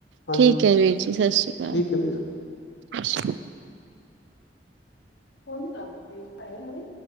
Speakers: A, on the left (about 75°); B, on the right (about 85°).
A: ਹਾਂਜੀ
B: ਠੀਕ ਹੈ ਵੀਰ ਜੀ ਸਤਿ ਸ਼੍ਰੀ ਅਕਾਲ
A: ਠੀਕ ਹੈ
B: ਅੱਛਾ
A: ਹਣ ਦੱਸ ਦਈਏ